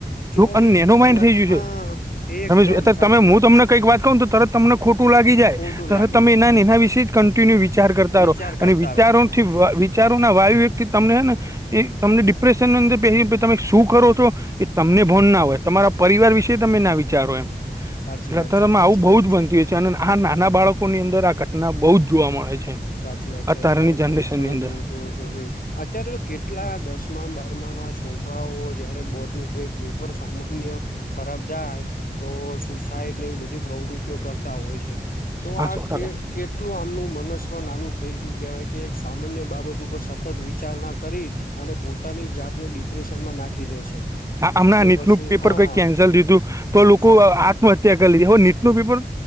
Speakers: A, on the left; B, on the right.
A: ચોવીસ
B: અને નેનો
A: કલાક
B: માઇન્ડ થઈ ગયું
A: હા
B: છે
A: એકદમ
B: રમેશભાઈ અત્યારે
A: સાચી
B: તમે
A: વાત
B: હું તમને
A: છે
B: કઈક વાત કું ને તો તરત તમને. ખોટું લાગી જાય
A: ખોટું
B: ત
A: લાગી
B: તમે
A: જાય
B: એના એના વિશે જ કન્ટિન્યુ વિચાર કરતા
A: વિચાર
B: રહો અને
A: કરતા
B: વિચારો.
A: રહો
B: વિચારો ના વાયુ વ્યક્તિ તમને હે ને. એ તમને ડિપ્રેશનની અંદર પ તમે શું કરો છો. એ તમને ભોન ના હોય તમારા પરિવાર વિશે તમે ના વિચારો એમ.
A: સાચી
B: લતારમાં
A: વાત છે સાચી
B: આવું બહુ
A: વાત
B: જ બનતી હોય છે અને. આ નાના બાળકોની અંદર આ ઘટના બહુ જ જોવા મળે છે.
A: સાચી વાત છે
B: અત્યારની
A: અત્યારે
B: જનરેશનની
A: તો હમ
B: અંદર
A: હમ. હમ હમ હમ અત્યારે તો કેટલા દસમા બારમા ના છોકરાઓ. જયારે બોર્ડ નું કોઈ પેપર સામાન્ય ખરાબ જાય. તો સુસાઈડની એવી બધી પ્રવૃત્તિઓ કરતા હોય છે. તો
B: હા
A: આ
B: સો ટકા
A: કે કેટલું આમનું મનસ. નાનું થઈ ગયું કહેવાય કે એક સામાન્ય બાબત ઉપર સતત વિચારણા કરી. અને પોતાની જાતને ડિપ્રેશનમાં નાખી દે છે.
B: હા હમણાં
A: અને
B: નીટનું
A: પછી
B: પેપર
A: હા
B: કઈ કેન્સલ થીધું તો લોકો
A: સાચી વાત
B: આત્મહત્યા કરી લીધી હો. ટપલ